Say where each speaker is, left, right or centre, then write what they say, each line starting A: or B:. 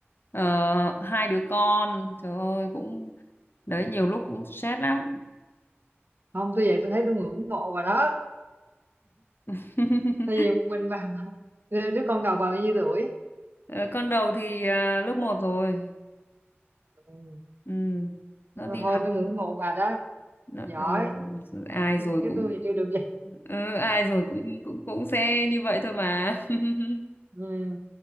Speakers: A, on the left; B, on the right.
A: Ờ, hai đứa con trời ơi cũng đấy nhiều lúc cũng stress lắm
B: không tôi vậy tôi thấy tôi ngưỡng mộ bà đó
A: <laughs>
B: tại vì một mình bà mà đứa con đầu bà bao nhiêu tuổi
A: Ờ, con đầu thì à, lớp một rồi
B: ừ.
A: ừ. nó
B: Nhưng
A: đi
B: mà thôi
A: học
B: tôi ngưỡng mộ bà đó
A: nó,
B: giỏi
A: ừ, ai
B: chứ
A: rồi cũng
B: tôi thì chưa được vậy
A: ừ, ai rồi cũng cũng cũng sẽ như vậy thôi mà <laughs>
B: ừ.